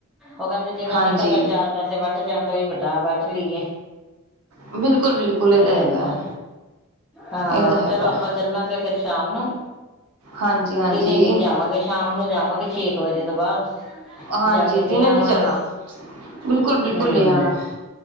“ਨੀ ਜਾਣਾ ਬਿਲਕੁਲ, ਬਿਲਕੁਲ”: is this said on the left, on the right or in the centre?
Right